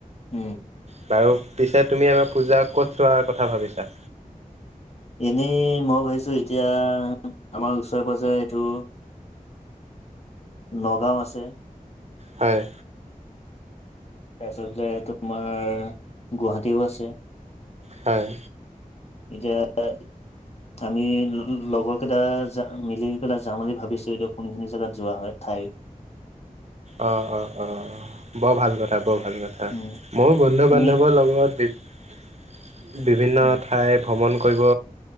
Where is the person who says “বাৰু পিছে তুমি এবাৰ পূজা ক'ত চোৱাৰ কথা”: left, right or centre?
Right